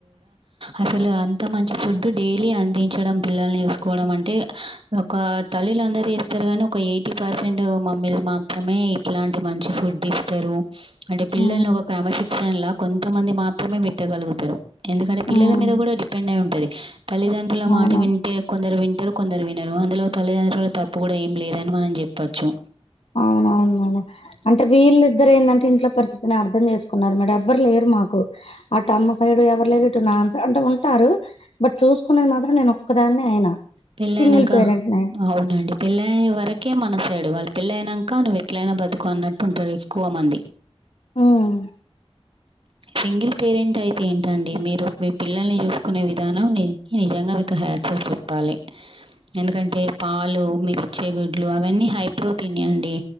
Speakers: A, on the right; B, on the left.
A: అసలు అంత మంచి ఫుడ్ డైలీ అందించడం, పిల్లల్ని చూస్కోవడం అంటే ఒకా తల్లిలు అందరు చేస్తారు గని ఒక ఎయిటీ పర్సెంట్ మమ్మీలు మాత్రమే ఇలాంటి మంచి ఫుడ్ ఇస్తరు అంటే పిల్లల్ని
B: ఉమ్
A: ఒక క్రమశిక్షణలా కొంతమంది మాత్రమే పెట్టగలుగుతరు. ఎందుకంటే
B: ఉమ్
A: పిల్లల మీద గుడా డిపెండై ఉంటది. తల్లిదండ్రుల
B: అవును
A: మాట వింటే కొందరు విన్ టరు కొందరు వినరు అందులో తల్లిదండ్రుల తప్పు గుడ ఏం లేదని మనం జెప్పచ్చు.
B: అవునవును మేడమ్ అంటే వీళ్ళిద్దరేదంటే ఇంట్ల పరిస్థితిని అర్థం చేస్ కున్నారు మేడం. ఎవ్వర్ లేరు మాకు అటు అమ్మ సైడ్ ఎవర్ లేరు ఇటు నానా సై అంటే ఉంటారు బట్ చూస్కునేది మాత్రం నేన్ ఒక్కదాన్నే అయినా
A: పెళ్ళైనంక
B: సింగిల్ పేరెంట్ నే
A: అవునండి పెళ్ళైయే వరకే మన సైడు వాళ్ళ పెళ్ళైనంక నువ్వు ఎట్లైన బతుకు అన్నట్టు ఉంటరు ఎక్కువ మంది
B: ఉమ్
A: సింగిల్ పేరెంట్ అయితే ఏంటండి మీరు మీ పిల్లల్ని చూస్కునే విధానం నిజంగా మీకు హాట్సాఫ్ చెప్పాలి. ఎందుకంటే పాలు మీ రిచ్చే గుడ్లు అవన్నీ హై ప్రోటీనే అండి